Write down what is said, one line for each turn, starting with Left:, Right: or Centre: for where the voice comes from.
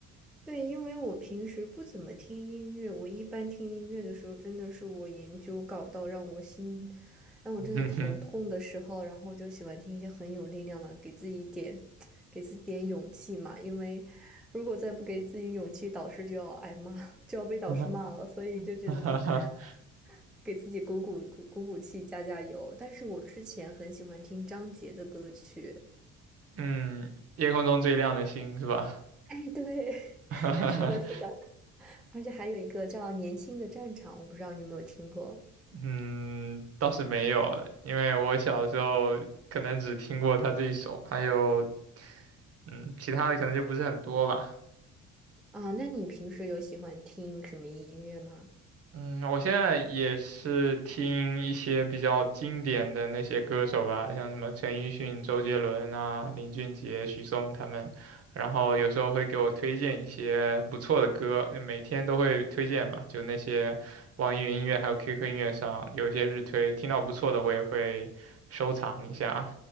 Centre: 对，因为我平时不怎么听音乐，我一般听音乐的时候，真的是我研究搞到让我心，让我真的头痛的时候，
Right: <laughs> 哼哼，
Centre: 然后就喜欢听一些很有力量的，给自己一点，给自己点勇气嘛。因为如果再不给自己勇气，导师就要挨骂，<laughs> 就要被导师骂了，
Right: <laughs>
Centre: 所以就只能
Right: 哈哈
Centre: <laughs> 给自己鼓鼓鼓鼓鼓气，加加油。但是我之前很喜欢听张杰的歌曲，
Right: 嗯，夜空中最亮的星是吧？
Centre: <laughs> 哎，对，
Right: <laughs>
Centre: <laughs> 是的，是的。而且还有一个叫《年轻的战场》，我不知道你有没有听过
Right: 嗯，倒是没有，因为我小时候可能只听过他这一首，还有嗯，其他的可能就不是很多吧。
Centre: 啊？那你平时有喜欢听什么音乐吗？
Right: 嗯，我现在也是听一些比较经典的那些歌手吧，像什么陈奕迅、周杰伦啊、林俊杰、许嵩他们，然后有时候会给我推荐一些不错的歌，每天都会推荐嘛，就那些网易云音乐还有 QQ 音乐上有一些日推，听到不错的我也会收藏一下，